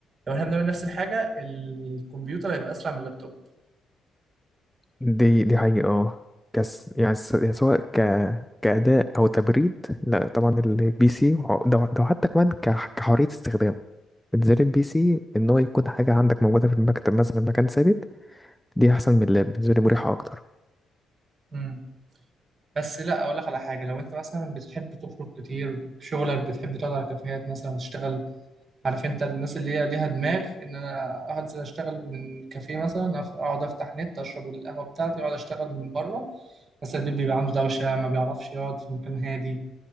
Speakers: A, on the right; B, in the centre.
A: احنا بنعمل نفس الحاجة الكمبيوتر هيبقى اسرع من اللابتوب
B: دي دي حقيقة اه كس يعني س- يعني سواء ك كأداء أو تبريد لا طبعا البي سي وع- ده ده حتى كمان كح- كحرية استخدام بالنسبة لي البي سي إن هو يكون حاجة عندك موجودة في المكتب مثلا مكان ثابت دي أحسن من اللاب بالنسبة لي مريحة أكتر
A: امم بس لا اقول لك على حاجة لو انت مثلا بتحب تخرج كتير شغلك بتحب تقعد على كافيهات مثلا وتشتغل عارف انت الناس اللي هي ليها دماغ ان انا انزل اشتغل من كافيه مثلا اف- اقعد افتح نت اشرب القهوه بتاعتي واقعد اشتغل من بره بس البيت بيبقى عنده دوشه ما بيعرفش يقعد في مكان هادي